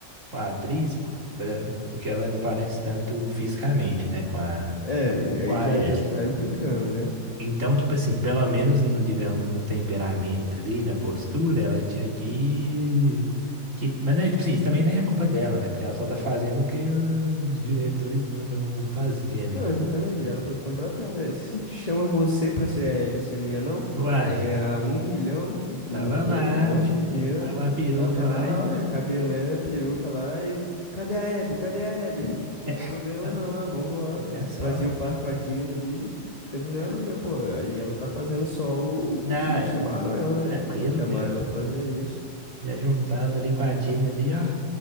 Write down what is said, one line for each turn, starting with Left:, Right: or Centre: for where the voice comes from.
Right: com a atriz, p- pra- porque ela não parece tanto fisicamente, né, com a,
Left: é, e aí
Right: com a
Left: já
Right: Ellie.
Left: já tá implicando, né?
Right: Então, tipo assim, pelo menos, no, digamos, no temperamento ali, na postura, ela tinha que... que... Mas, né, tipo assim, isso também nem é culpa dela, né? Porque ela só tá fazendo o que os diretores mandam fazer, né?
Left: Não, exatamente. Ela foi contratada. né? Se te chama você pra ser a Alice, não ia
Right: Uai.
Left: Pra ganhar um milhão, de
Right: Tava
Left: um,
Right: lá,
Left: pô, um monte
Right: meu filho,
Left: de dinheiro.
Right: tava uma peruca
Left: Tava lá,
Right: lá e já era.
Left: ué, cabelé, peruca lá e... Cadê a Hebe? Cadê a Hebe? <laughs>
Right: <laughs>
Left: Tem problema
Right: A
Left: não,
Right: peruca,
Left: ué, vambora.
Right: já só.
Left: Fazia o par com a Dina ali, não tem problema
Right: Já...
Left: não. E, eu, pô, aí ela tá fazendo só o,
Right: Não,
Left: o que chamaram
Right: e-
Left: ela, né?
Right: tranquilo,
Left: Chamaram
Right: filho.
Left: ela pra fazer isso.
Right: Já juntava ali com a Dina ali, ó.